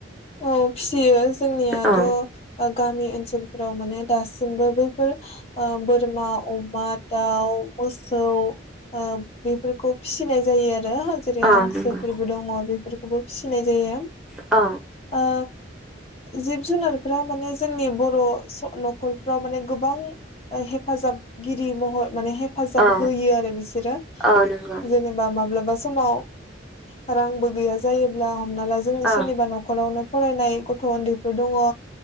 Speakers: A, on the left (about 30°); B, in the centre.
A: औ फियो जोंनियाथ
B: औ
A: गामि ओनसोलफोराव माने दासिमबो बैफोर ओ बो बोरमा अमा दाउ मोसौ ओ बेफोरखौ फिसिनाय जायो आरो जेरै
B: औ
A: हांसोफोरबो
B: नंगौ
A: दङ बेफोर खौबो फिसिनाय जायो
B: अ
A: ओ जिब जुनारफ्रा माने जोंनि बर नखरफ्राव माने गोबां ओ हेफाजाबगिरि महर माने हेफाजाब
B: औ
A: होयो आरो बिसोरो
B: औ नंगौ
A: जेनेबा माब्लाबा समाव रांबो गैया जायोब्ला हमना ला जोंनि सोरनिबा
B: औ
A: न नआवनो फरायनाय गथ उन्दैफोर दङ ओ